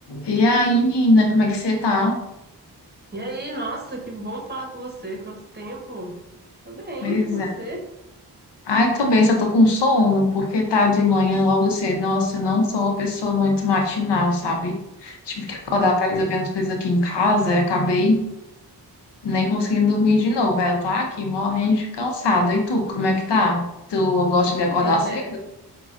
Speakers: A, on the left; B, on the right.
A: E aí, menina, como é que você tá?
B: E aí, nossa, que bom falar com você. Quanto tempo? Tô bem,
A: Pois
B: você?
A: é. Ai, tô bem, só tô com sono, porque tá de manhã logo cedo. Nossa, eu não sou uma pessoa muito matinal, sabe? Tive que acordar pra resolver umas coisas aqui em casa e acabei nem conseguindo dormir de novo. Aí eu tô aqui morrendo de cansada. E tu, como é que tá? Tu
B: Tipo
A: gosta
B: um zumbi,
A: de acordar cedo?
B: né?